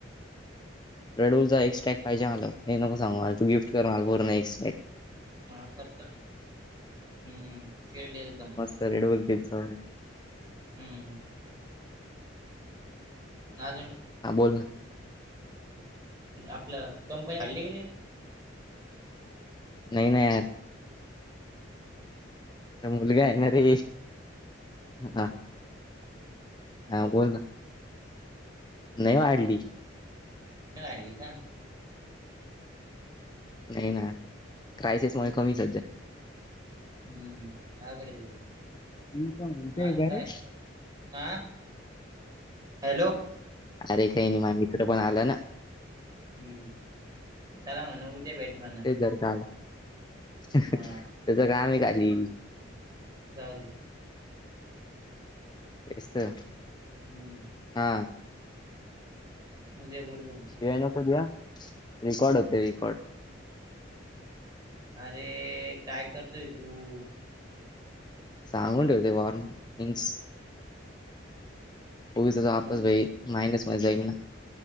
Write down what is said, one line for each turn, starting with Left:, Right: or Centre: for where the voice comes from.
Left: रेड रलचा एक स्टॅग पाहिजे आला हे नको सांगू मला तू गिफ्ट करून आला एक स्टॅग
Right: ह करतो हम्म खेळली एकदम.
Left: रेड बघचा
Right: हमम <unintelligible>
Left: हा बोल ना.
Right: आपलं कंपनी हडली की नाही.
Left: नाही ना यार
Right: <unintelligible>
Left: मुलगा आहे ना रे हा हा बोल ना. नाही वाढली.
Right: वाढली का.
Left: नाही ना क्रायसिसमुळे
Right: हम्म
Left: कमीच सध्या.
Right: हम्म आवकडे भा.
Left: मी काय म्हणतोय
Right: अजून
Left: का
Right: काय
Left: रे?
Right: हा हॅलो.
Left: अरे काही नाही म मित्र पण आला ना.
Right: हम् त्याला म्हण उद्या भेट म्हण.
Left: ज काल त्याच
Right: हा
Left: काम आहे काली.
Right: जाऊ दे.
Left: तेसत
Right: हम्म
Left: हा.
Right: उद्या बोल.
Left: शिवाय नको द रेकॉर्ड होते रकॉर्ड.
Right: अरे काय करतोय तू.
Left: सांगून ठेवते वॉर्नंग्स. उग आपसई
Right: पण
Left: मायंडस मध्ये जाईल ना.